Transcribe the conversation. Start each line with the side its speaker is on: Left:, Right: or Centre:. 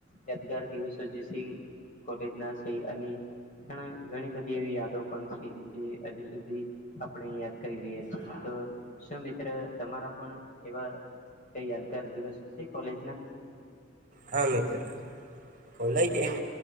Left: યાદગાર દિવસો જે છે કોલેજ ના છે, અને ઘણા ઘણી બધી એવી યાદો પણ છે જે હજુ સુધી આપણે યાદ કરી રહ્યા છીએ, તો શું મિત્ર તમારા પણ એવા કઈ યાદગાર દિવસો છે, કોલેજના?
Right: હા, મિત્ર કોલેજ એક